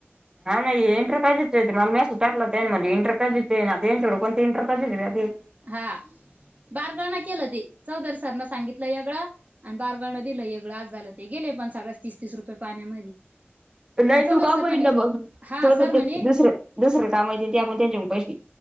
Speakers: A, on the right; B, on the right.
A: हा ना एंटर पाहिजेच मला मॅस टाकलं त्या म इंटर पाहिजेच ना कोण इंटर पाहिजेच ते
B: हा बारगळ ना केलं ते चौधरी सरन सांगितलं यागळं आणि बारगळ दिलं एगळं आज झालं ते गेले पण सगळ्या तीस तीस रुपये पाण्यामध्ये.
A: नाही
B: पण चौधरी
A: तू काम
B: सर म्हणे
A: येईल ना बघ च
B: हा
A: तर
B: सर म्हणे
A: ते दुसरे दुसरे काम होतील ते आपण त्यांच्या पैसे.